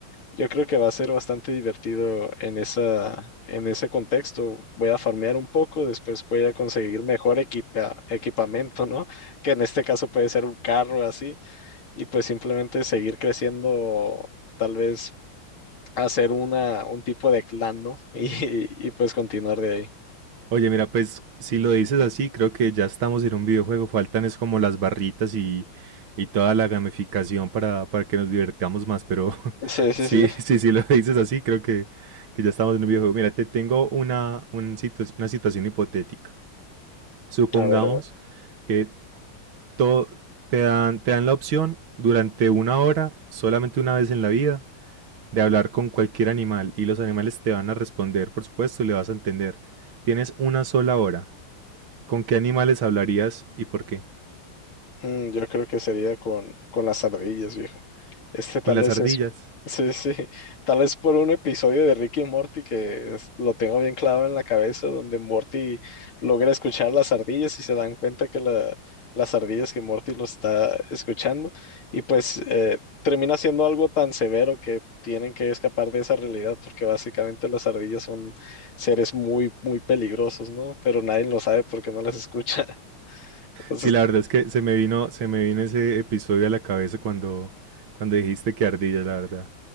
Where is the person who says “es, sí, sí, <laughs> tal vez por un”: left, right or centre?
Left